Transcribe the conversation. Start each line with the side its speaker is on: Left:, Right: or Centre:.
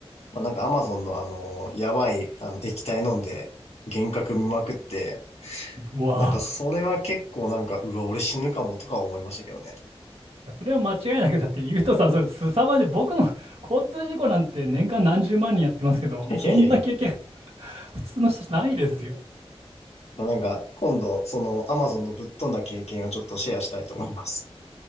Left: まあ、なんかアマゾンのあの、やばい、あの、液体飲んで、幻覚見まくって、
Right: うわ
Left: なんかそれは結構なんか、うわ、俺死ぬかもとか思いましたけどね。
Right: ぁ。それは間違いなく、だってゆうとさん、それ凄まじい。僕の <laughs> 交通事故なんて年間何十万人やってますけど、
Left: いやいやいやいや。
Right: そんな経験、普通の人じゃないですよ。
Left: まあ、なんか、今度、そのアマゾンのぶっ飛んだ経験をちょっとシェアしたいと思います。